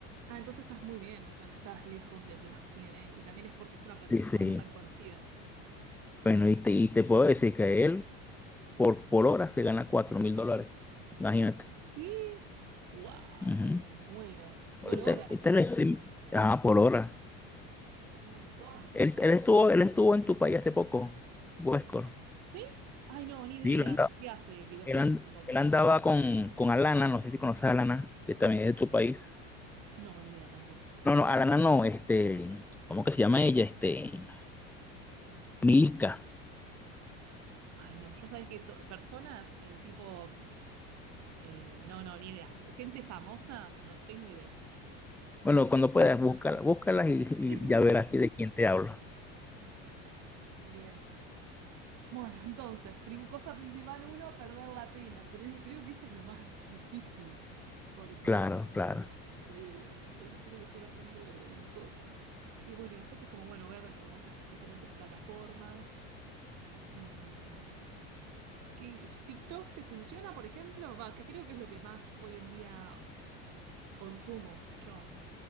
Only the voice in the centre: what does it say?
Sí, sí.
Bueno, y te, y te puedo decir que él por, por hora se gana 4.000 dólares. Imagínate.
Ujú.
Ahorita,
ahorita el stream, ajá, por hora.
Él, él estuvo, él estuvo en tu país hace poco, Westcore.
Sí, él, anda-
él and-
él andaba con, con Alana, no sé si conoces a Alana, que también es de tu país.
No, no, Alana no, este, ¿cómo que se llama ella? Este, Milka.
Bueno,
cuando puedas, búscala, búscalas y, y
ya
verás de quién te hablo.
Claro, claro.